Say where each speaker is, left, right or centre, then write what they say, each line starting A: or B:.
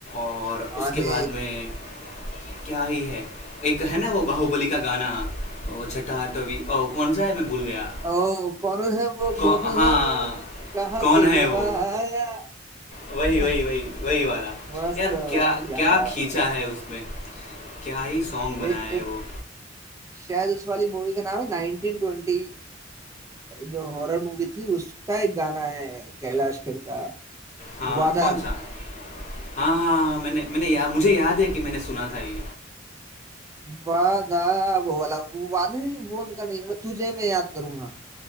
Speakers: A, on the left (about 40°); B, on the right (about 15°).
A: और उसके
B: अरे
A: बाद में क्या ही है एक है ना वो बाहुबली का गाना ओ छठा आठवी ओ कौन सा है मैं भूल गया
B: ओ कौन है वो
A: कौ,
B: कौन
A: हाँ
B: है वो कहाँ
A: कौन
B: से
A: है
B: हुआ
A: वो
B: आया
A: वही
B: <laughs>
A: वही वही वही वाला
B: मस्त
A: यार क्या
B: मस्त गाता
A: क्या खींचा
B: है
A: है उसमें क्या ही सॉन्ग बनाया
B: एक
A: है
B: एक
A: वो
B: शायद उस वाली मूवी का नाम है नाइनटीन ट्वेंटी जो हॉरर मूवी थी उसका एक गाना है कैलाश खेर का
A: हाँ
B: वादा
A: कौन सा हाँ हाँ हाँ मैंने मैंने या, मुझे याद है कि मैंने सुना था ये
B: वादा वो वाला वो वादा नहीं वो उनका नहीं वो तुझे मैं याद करूंगा